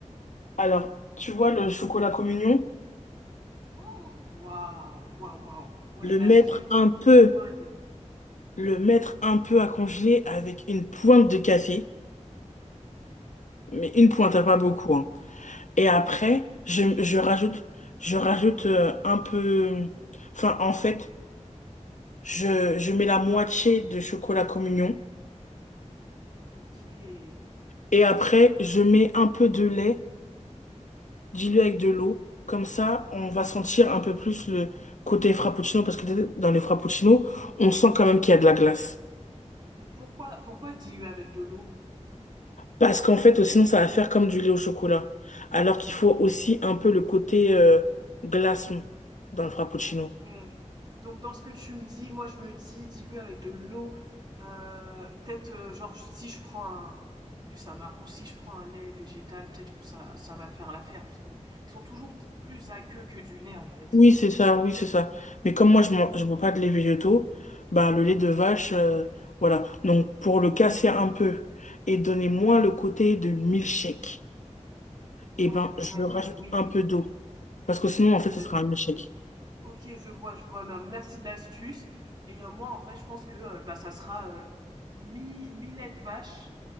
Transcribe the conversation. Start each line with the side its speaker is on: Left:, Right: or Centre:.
Left: Alors, tu vois le chocolat communion?
Right: Oh! Waouh! Waouh, waouh! Ouais,
Left: Le
Right: vas-y,
Left: mettre
Right: fais-moi
Left: un peu
Right: fais-moi rêver.
Left: le mettre un peu à congeler avec une pointe de café, mais une pointe, hein,
Right: Mais
Left: pas beaucoup, hein. Et après, je, je rajoute, je rajoute euh, un peu, enfin, en fait, je, je mets la moitié de chocolat communion
Right: OK.
Left: et après, je mets un peu de lait dilué avec de l'eau. Comme ça, on va sentir un peu plus le côté frappuccino parce que dans les frappuccinos, on sent quand même qu'il y a de la glace.
Right: Mais pourquoi pourquoi diluer avec de l'eau?
Left: Parce qu'en fait, sinon, ça va faire comme du lait au chocolat. Alors qu'il faut aussi un peu le côté euh, glaçon dans le frappuccino.
Right: OK. Donc dans ce que tu me dis, moi je me dis dilue avec de l'eau. euh, peut-être euh, genre si je prends un... En plus ça m'arrange, si je prends un lait végétal, peut-être que ça, ça va faire l'affaire, parce que ils sont toujours t- plus aqueux que du lait en fait.
Left: Oui, c'est ça, oui, c'est ça. Mais comme moi, je ne je bois pas de lait végétaux, bah, le lait de vache, euh, voilà. Donc, pour le casser un peu et donner moins le côté de milkshake.
Right: Ouais,
Left: et ben je rajoute
Right: oui,
Left: un
Right: oui.
Left: peu d'eau. Parce que sinon,
Right: Ok,
Left: en fait, ce
Right: d'accord.
Left: sera un échec.
Right: Ok, je vois, je vois. mais, euh, Merci de l'astuce. Et euh, moi en vrai je pense que euh, bah ça sera euh, mi, mi lait de vache